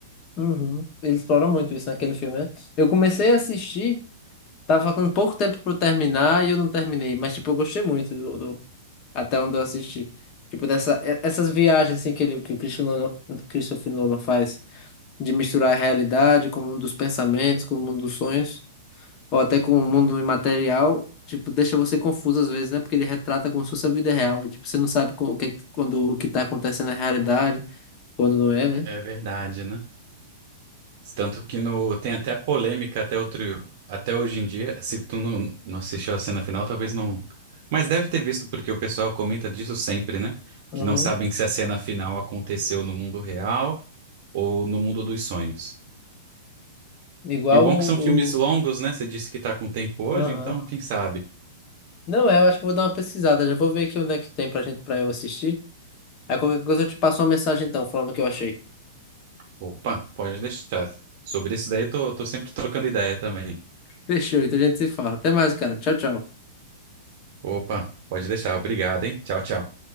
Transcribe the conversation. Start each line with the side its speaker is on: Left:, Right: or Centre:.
Left: Uhum. Ele explora muito isso naquele filme, né? Eu comecei a assistir, tava faltando pouco tempo pra eu terminar e eu não terminei, mas tipo, eu gostei muito do, do- até onde eu assisti. Tipo, dessa, e- essas viagens assim que, ele, que o Christopher Nolan Christopher Nolan faz, de misturar a realidade com o mundo dos pensamentos, com o mundo dos sonhos. ou até com o mundo imaterial, tipo, deixa você confuso às vezes, né? Porque ele retrata como se fosse a vida real. E, tipo, você não sabe co- o que, quando o que tá acontecendo é realidade, quando não é, né?
Right: É verdade, né? Tanto que no, tem até polêmica até outro, até hoje em dia. Se tu não, não assistiu a cena final, talvez não. Mas deve ter visto, porque o pessoal comenta disso sempre, né?
Left: Uhum.
Right: Que não sabem se a cena final aconteceu no mundo real ou no mundo dos sonhos.
Left: Igual
Right: E o bom
Left: o,
Right: é que são filmes
Left: o...
Right: longos, né? Você disse que tá com tempo hoje,
Left: Aham.
Right: então quem sabe?
Left: Não é, eu acho que eu vou dar uma pesquisada. Já vou ver aqui onde é que tem pra gente, pra eu assistir. Aí qualquer coisa eu te passo uma mensagem então, falando o que eu achei.
Right: Opa, pode deixar. Sobre isso daí, eu tô, tô sempre trocando ideia também.
Left: Fechou, então a gente se fala. Até mais, cara. Tchau, tchau.
Right: Opa, pode deixar. Obrigado, hein? Tchau, tchau.